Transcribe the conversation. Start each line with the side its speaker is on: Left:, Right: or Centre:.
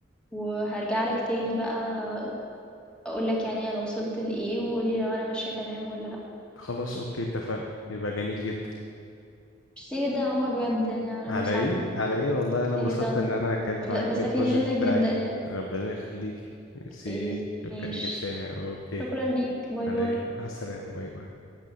Centre: وهرجع لك تاني بقى اقول لك يعني انا وصلت لايه وقولي لو انا ماشيه تمام ولا لا
Left: خلاص اوكي اتفقنا يبقى جميل جدا
Centre: ميرسي جدًا يا عمر بجد يعني على
Left: على
Centre: المساعدة،
Left: ايه على ايه والله انا انبسطت
Centre: ميرسي جدًا و
Left: ان انا كنت
Centre: ب
Left: معاك
Centre: باستفيد
Left: في البروجكت
Centre: منّك
Left: بتاعك
Centre: جدًا يعني،
Left: ربنا يخليكي ميرسي
Centre: أوكي،
Left: شكرا
Centre: ماشي،
Left: ليك يا شيماء اوكي
Centre: شكرًا ليك، باي،
Left: على
Centre: باي.
Left: ايه مع السلامة باي باي